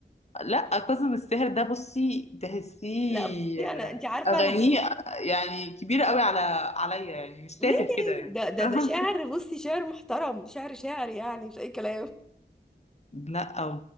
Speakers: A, on the left; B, in the centre.
A: لا كاظم الساهر ده بصي تحسيه
B: لا بصي انا انت عارفه
A: اغانيه
B: انا بحب
A: يعني كبيره قوي على عليا يعني مش تافه
B: ليه
A: كده يعني
B: ده ده
A: <laughs>
B: ده شاعر بصي شاعر محترم شاعر شاعر يعني مش اي كلام
A: لا